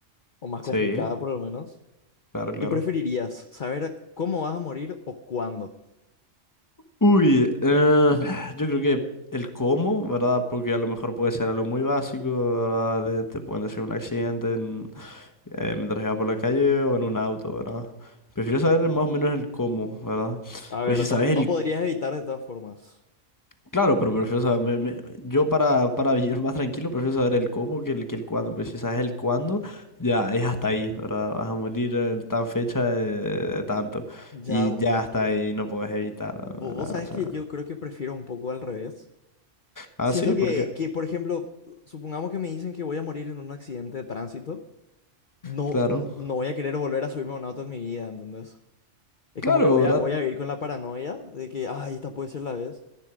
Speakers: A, on the left; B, on the left.
A: o más
B: Sí,
A: complicada por lo menos.
B: claro, claro.
A: ¿Qué preferirías? ¿Saber cómo vas a morir o cuándo?
B: Uy, eh, yo creo que el cómo, ¿verdad? Porque a lo mejor puede ser algo muy básico, ¿verdad? De- te pueden hacer un accidente en- eh, mientras vas por la calle o en un auto, ¿verdad? Prefiero saber más o menos el cómo, ¿verdad?
A: A
B: Pues
A: ver,
B: si sabes
A: no, no
B: el
A: podrías evitar de todas formas.
B: Claro, pero prefiero saber, me- me- yo para, para vivir más tranquilo prefiero saber el cómo que el, que el cuándo, pues si sabes el cuándo, ya es hasta ahí, ¿verdad? Vas a morir eh, tan fecha de, de tanto
A: Ya,
B: y
A: vo-
B: ya hasta ahí no puedes evitar,
A: vo-
B: ¿verdad?
A: vos sabés
B: O sea,
A: que yo creo que prefiero un poco al revés.
B: ah,
A: Siento
B: sí,
A: que,
B: porque,
A: que, por ejemplo, supongamos que me dicen que voy a morir en un accidente de tránsito. No,
B: claro,
A: n- no voy a querer volver a subirme a un auto en mi vida, ¿entendés? Es
B: claro,
A: como que voy
B: ¿verdad?
A: a, voy a vivir con la paranoia de que, ay, esta puede ser la vez.